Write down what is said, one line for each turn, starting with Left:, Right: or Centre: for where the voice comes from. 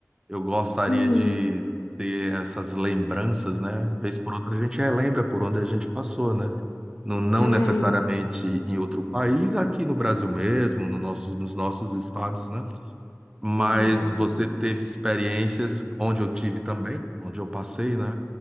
Right: Eu gostaria
Left: Sim,
Right: de ter essas lembranças, né? Vez por outra a gente relembra por onde a gente passou, né? Não, não
Left: ai,
Right: necessariamente em outro país, aqui no Brasil mesmo, no nossos, nos nossos estados, né? mas
Left: verdade.
Right: você teve experiências onde eu tive também, onde eu passei, né?